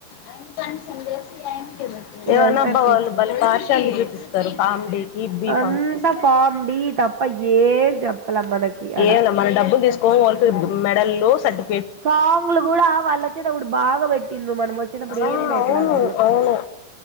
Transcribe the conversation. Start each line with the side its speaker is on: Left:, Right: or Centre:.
Left: అయిమ్ పని సందేసి అయిమ్
Right: ఇదంతా
Left: ఏవనాబ్బా
Right: ప్రిన్సిపల్
Left: వాళ్ బలే పార్టియాలిటీ జుప్ ఇస్తరు కామ్ డీ ఇబ్బి
Right: అంతా
Left: ఫామ్స్ ఏసి
Right: ఫామ్ డి తప్ప ఏం చెప్పలే మనకి ఆడ
Left: ఏం లే మన డబ్బులు తీసుకోన్ వోల్ పి మెడల్ రో సడ్డూ
Right: సాంగ్లు కూడా వాళ్ వచ్చేతప్పుడు బాగా పెట్టిన్ మనం వచ్చేటప్పుడు
Left: ఆ
Right: ఏం పెట్లా
Left: అవును
Right: అసలు,
Left: అవును